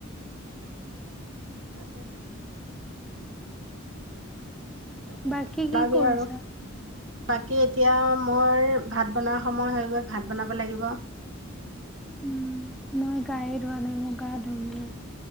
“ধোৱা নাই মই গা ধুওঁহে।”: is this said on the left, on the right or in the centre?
Centre